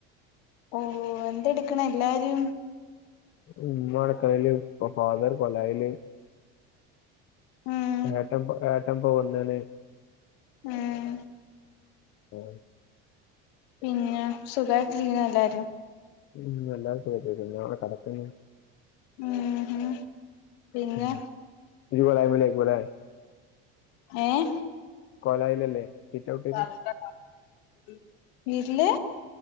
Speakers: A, on the left; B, on the left.
A: ഓഹോ എന്തടുക്കണ എല്ലാരും
B: ഉമ്മ അടക്കളയിലും പ്പോ ഫാദർ കൊലായില്
A: ഉം
B: ഏട്ടം പ്പോ ഏട്ടം പ്പോ വന്നീന്
A: ആഹ്
B: ആഹ്
A: പിന്നെ സുഖായിട്ടിരിക്ക്ണ എല്ലാരും
B: ഉം എല്ലാരും സുഖായിട്ടിരിക്കുന്നു ഞാൻ ഇവിടെ കിടക്കുന്ന്
A: ഉം ഹും പിന്നെ
B: ഉം. ഇയ്യ് കോലാമേലേക്കുലേ
A: ഏഹ്
B: കൊലായിലല്ലേ സിറ്റ് ഔട്ടിൽ
A: <unintelligible> വീട്ടില്